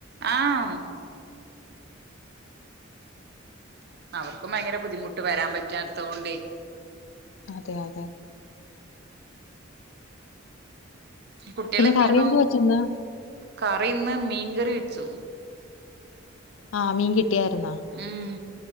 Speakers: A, on the right; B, on the left.
A: ആഹ അവർക്കും ഭയങ്കര ബുദ്ധിമുട്ട് വരാ പറ്റാത്തോണ്ടെ.
B: അതെ അതെ.
A: കുട്ട്യാളെന്തെയ്‌ണു?
B: പിന്നെ കറി എന്ത് വെച്ചിന്ന്
A: കറി ഇന്ന് മീങ്കറി വെച്ചു.
B: ആഹ് മീൻ കിട്ടിയായിരുന്നോ?
A: ഉം